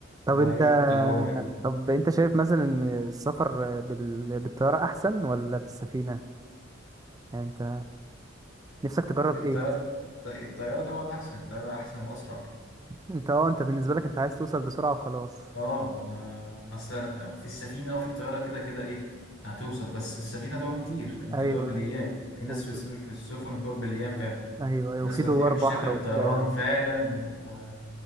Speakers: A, on the right; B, on the left.
A: طب
B: نعيشه
A: انت
B: التجربة يعني
A: طب انت شايف مثلا ان السفر بال... بالطياره احسن ولا بالسفينه يعني انت نفسك تجرب
B: الطيار
A: ايه مثلا
B: الط- الطيارة طبعا أحسن الطيارة أحسن وأسرع
A: انت اه انت بالنسبه لك انت عايز توصل بسرعه وخلاص
B: اه ما اصلا في السفينه او في الطياره كده كده ايه هتوصل بس السفينه تقعد كتير ممكن
A: ايوه
B: تقعد بالايام
A: ايوه
B: في ناس
A: وفي-
B: بتسافر في السفن بتقعد بالايام فعلا
A: ايوه ايوه
B: في ناس
A: وفي
B: ما
A: دوار
B: بتحبش
A: بحر
B: تركب
A: وبتاع
B: طيران فعلا وما